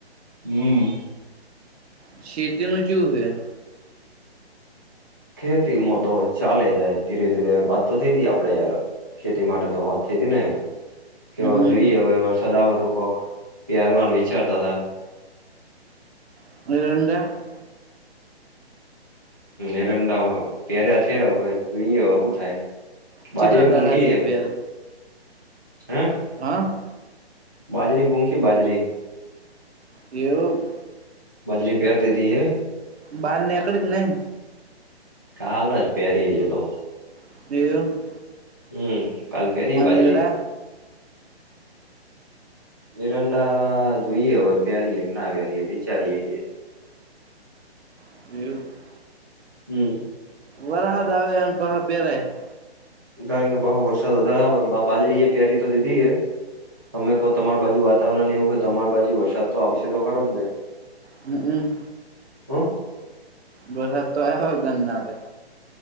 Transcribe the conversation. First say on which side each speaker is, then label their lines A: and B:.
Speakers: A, on the right (about 20°); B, on the right (about 75°).
A: હમ્મ.
B: <unintelligible> ચેવુ હે
A: ખેતીમાં તો ચાલે જાય ધીરે ધીરે વાત તો થઈ તી આપડે યાર ખેતી માટે તો વાત થઈ તી ને કે
B: હમ
A: જોઈએ હવે વરસાદ આવે તો કોક પ્યારવાનું વિચારતા તા
B: <inaudible>
A: એરંડા માં <unintelligible> છે હવે જોઈએ હવે શું થાય?
B: કેટલા
A: બાજરી પૂંખી
B: દાડા છે
A: હૈ
B: પેર
A: હા
B: હા?
A: બાજરી પૂંખી બાજરી
B: એવું?
A: બાજરી પેયર દીધી હે
B: બહાર નેકળી કે નહી?
A: કાલ જ પહેરી હજુ તો
B: <inaudible>
A: હમ્મ કાલ પેરી
B: અને
A: બાજરી
B: એડા
A: એરંડા જોઈએ હવે <unintelligible> વિચારીએ‌ હીએ
B: <unintelligible>
A: હમ્મ
B: વરહાદ આવે એમ <unintelligible>
A: <inaudible> વરસાદ વધારે આવે બાજરી એ <unintelligible> તો દીધી એ તમે કો તમાર બાજુ વાતાવરણ એવું હોય તો તમાર બાજુ વરસાદ તો આવશે તો ખરો જ ને
B: હમ્મ
A: હમ્મ?
B: વરહાદ તો આવે કેમ નો આવે.